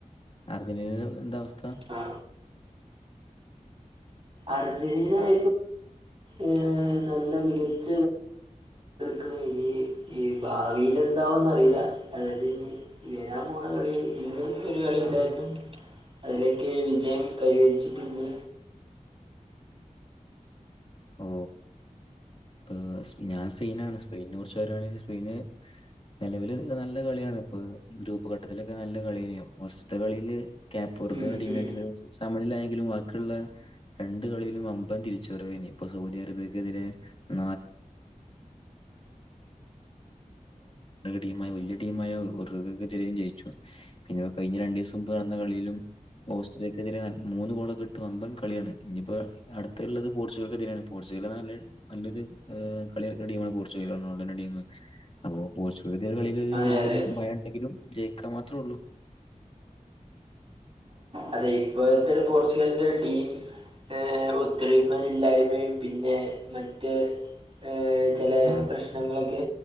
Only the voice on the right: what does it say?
ആ അർജന്റീന <inaudible> ഏ നല്ല മികച്ച കളി <inaudible> ഈ ഭാവിലെന്താവൂന്നറിയില്ല അതുണ്ടിനി വരാൻപോണ കളി ഇന്നും ഒരു കളി ഇണ്ടാരുന്നു അതിലേക്ക് വിജയം കൈവരിച്ചിട്ടുണ്ട്
ഉം,
ഉം.
അതെ
അതെ
അതെ ഇപ്പോഴത്തെ ഒരു പോർച്ചുഗലിന്റെ ഒരു ടീം ഏ ഒത്തരിമയും ഇല്ലായ്മയും പിന്നെ മറ്റ് ഏ ചെല പ്രശ്നങ്ങളൊക്കെ